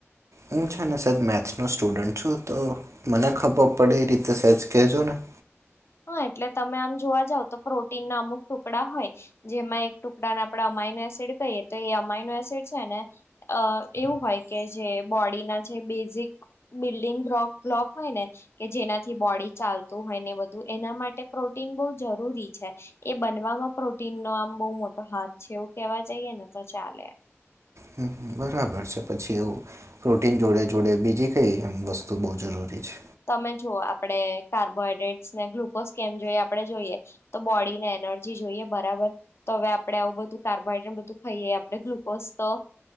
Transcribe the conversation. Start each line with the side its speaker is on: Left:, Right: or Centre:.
Right: હું છે ને સર મેથ્સનો સ્ટુડન્ટ છું તો મને ખબર પડે એ રીતે સેજ કહેજો ને
Left: હા એટલે તમે આમ જોવા જાવ તો પ્રોટીન ના અમુક ટુકડા હોય જેમાં એક ટુકડાને આપણેે અમાઇનો એસિડ કહીએ તો એ અમાઈનો એસિડ છે ને અ એવું હોય કે જે બોડીના જે બેઝિક બિલ્ડિંગ બ્રોક બ્લોક હોય ને કે જેનાથી બોડી ચાલતું હોય ને બધું એના માટે પ્રોટીન બહુ જરૂરી છે. એ બનવામાં પ્રોટીન નો આમ બહુ મોટો હાથ છે, એવું કેવા જઈએ ને તો ચાલે
Right: હમ બરાબર છે પછી એવું પ્રોટીન જોડે જોડે બીજી કઈ એ વસ્તુ બહુ જરૂરી છે
Left: તમે જુઓ આપડે કાર્બોહાઈડ્રેટ્સ ને ગ્લુકોઝ કેમ જોઈ આપણે જોઈએ. તો બોડીને એનર્જી જોઈએ બરાબર તો હવે આપડે આવું બધું કાર્બોહાઈડ્રેટ બધું ખાઈએ આપણે ગ્લુકોઝ તો